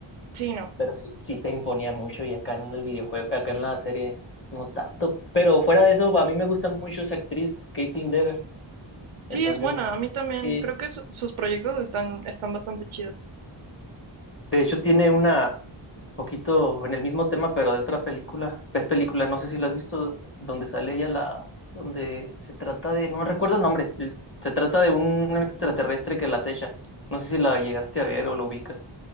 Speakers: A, on the right; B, on the left.
A: Sí, no.
B: Pero sí, sí te imponía mucho y acá en el videojuego, acá en la serie no tanto. Pero fuera de eso, a mí me gusta mucho esa actriz, Caitlin Dever.
A: Sí,
B: Entonces,
A: es buena,
B: no.
A: a mí también.
B: Eh,
A: Creo que su- sus proyectos están, están bastante chidos.
B: de hecho, tiene una poquito en el mismo tema, pero de otra película. Es película, no sé si la has visto, donde sale ella la, donde se trata de, no recuerdo el nombre, el- se trata de un extraterrestre que la acecha. No sé si la llegaste a ver o la ubicas.